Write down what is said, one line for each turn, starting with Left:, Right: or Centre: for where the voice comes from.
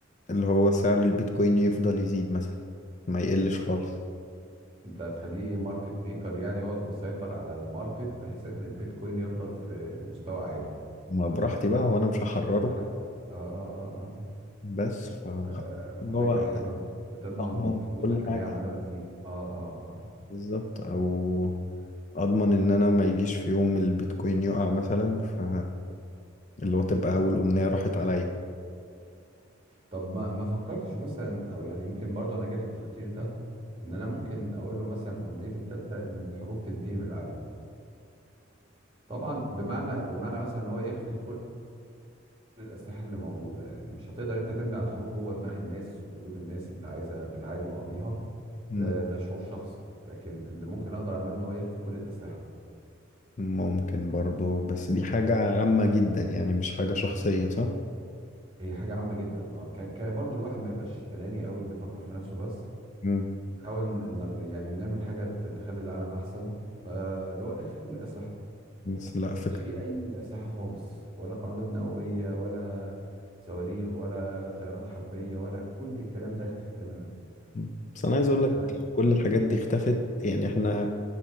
Left: اللي هو سعر البيتكوين يفضل يزيد مثلا ما يقلش خالص
Right: انت هتخليه ماركت ميكر يعني يقعد مسيطر على الماركت بحيث ان البيتكوين يفضل في مستوى عالي
Left: ما براحتي بقى هو انا مش هحرره
Right: فكرة حلوة اه اه اه اه
Left: بس فخلاص
Right: آه،
Left: اللي
Right: ففكرة
Left: هو
Right: حلوة انت بتضمن
Left: اضمن
Right: فلوسك
Left: كل
Right: ان
Left: حاجة
Right: هي عمالة بتزيد اه اه اه
Left: بالظبط او اضمن ان انا ما يجيش في يوم البيتكوين يقع مثلا ف اللي هو تبقى اول امنية راحت عليا
Right: طب ما ما فكرتش مثلا او يعني يمكن برضه انا جالي التفكير ده ان انا ممكن اقول له مثلا امنيتي التالتة ان الحروب تنتهي من العالم طبعا بمعنى بمعنى مثلا ان هو يخفي كل الاسلحة اللي موجودة يعني مش هتقدر انت تمنع الحروب جوه دماغ الناس وقلوب الناس اللي عايزة بتعادي بعضيها
Left: مم.
Right: ده ده شعور شخصي لكن اللي ممكن اقدر اعمله ان هو يخفي كل الاسلحة
Left: ممكن برضو بس دي حاجة عامة جدا يعني مش حاجة شخصية صح؟
Right: هي حاجة عامة جدا اه ك... ك برضه الواحد ما يبقاش أناني قوي بيفكر في نفسه بس
Left: مم.
Right: نحاول ن... يعني نعمل حاجة ت- تخلي العالم أحسن فاللي هو اخفي كل الأسلحة
Left: بس لا فكرة
Right: مش في أي أسلحة خالص ولا قنابل نووية ولا صواريخ ولا طيارات حربية ولا كل الكلام ده اختفي تماما
Left: مم. بس انا عايز اقول لك
Right: أنا...
Left: كل الحاجات دي اختفت يعني احنا